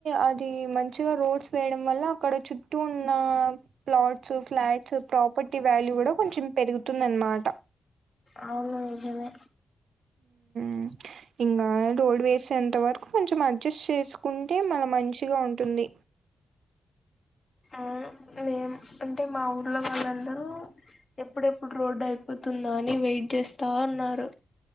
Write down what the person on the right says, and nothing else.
అది మంచిగా రోడ్స్ వేయడం వల్ల అక్కడ చుట్టూ ఉన్న ప్లాట్స్ ఫ్లాట్స్ ప్రాపర్టీ వాల్యూ కూడా కొంచెం పెరుగుతుంది అన్మాట
మ్ ఇంగ రోడ్ వేసేంత వరకు కొంచెం అడ్జస్ట్ చేసుకుంటే మళ మంచిగా ఉంటుంది